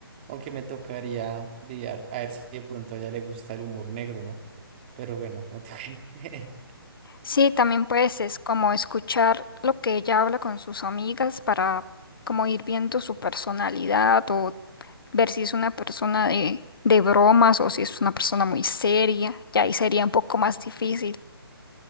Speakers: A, on the right; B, on the left.
A: aunque me tocaría lidiar a ver si de pronto a ella le gusta el humor negro, ¿no? Pero bueno, me toca. <laughs>
B: Sí, también pues es como escuchar lo que ella habla con sus amigas para como ir viendo su personalidad o ver si es una persona de, de bromas o si es una persona muy seria, ya ahí sería un poco más difícil.